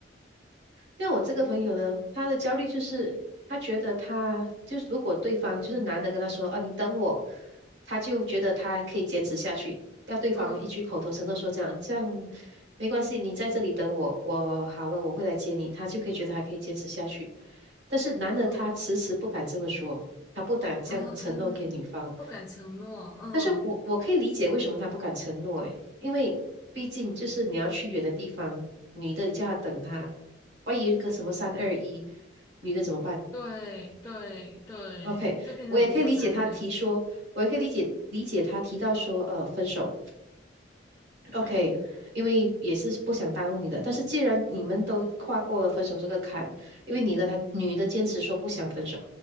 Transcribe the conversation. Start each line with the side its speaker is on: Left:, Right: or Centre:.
Right: 但我这个朋友呢，他的焦虑就是他觉得他就是如果对方就是男的跟他说啊你等我，他就觉得他可以坚持下去，要对方一句口头承诺说这样这样没关系，
Left: 嗯
Right: 你在这里等我，我好了我会来接你，他就可以觉得还可以坚持下去。但是男的他迟迟不敢这么说，
Left: 嗯
Right: 他不敢这样承诺给女方。
Left: 啊，不敢承诺，嗯，
Right: 但是我我可以理解为什么他不敢承诺，诶，因为毕竟就是你要去远的地方，女的你叫他等他。万一有一个什么三二一，女的怎么办
Left: 对对对，
Right: ？OK，
Left: 就变得很不负责任，
Right: 我也可以理解他提说，我也可以理解理解他提到说，呃，分手。OK，
Left: 嗯
Right: 因为也是不想耽误你的，但是既然你们都跨过了分手这个坎，因为你的他女的坚持说不想分手，